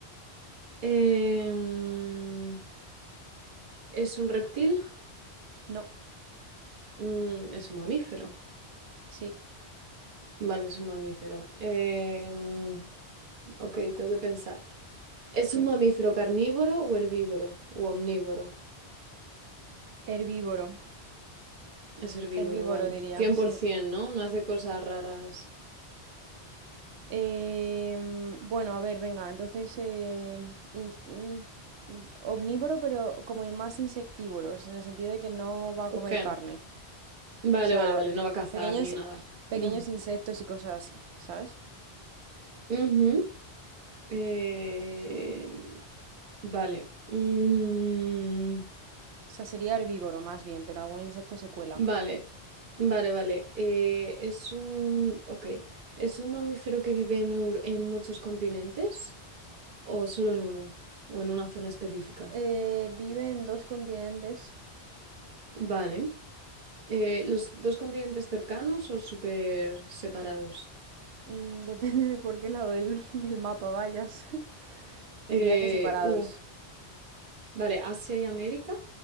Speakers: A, on the right; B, on the right.
A: Em, ¿es un reptil?
B: no.
A: Mm, es un mamífero.
B: Sí,
A: Vale, es un mamífero. Em, ok, tengo que pensar. ¿Es
B: sí.
A: un mamífero carnívoro o herbívoro? ¿O omnívoro?
B: Herbívoro.
A: Es herbívoro,
B: Herbívoro
A: vale.
B: diría,
A: 100%,
B: sí.
A: ¿no? No hace cosas raras.
B: Em, bueno, a ver, venga, entonces eh, ins- mm, mm, omnívoro, pero como y más insectívoros, en el sentido de que no va a
A: Ok.
B: comer carne.
A: Vale,
B: O sea,
A: vale, vale, no va a cazar
B: pequeños,
A: ni nada.
B: pequeños
A: Mm.
B: insectos y cosas así, ¿sabes?
A: Ujú. Eh, Vale. Mm,
B: O sea, sería herbívoro más bien, pero algún insecto se cuela.
A: Vale, vale, vale. Eh, es un... Ok. ¿Es un mamífero que vive en, Euro- en muchos continentes o solo en uno o en una zona específica?
B: Eh, vive en dos continentes,
A: Vale. Eh, ¿los dos continentes cercanos o súper separados?
B: mm, <laughs> depende de por qué lado del, <laughs> del mapa vayas. <laughs>
A: Eh,
B: Diría que separados.
A: uh, vale, Asia y América.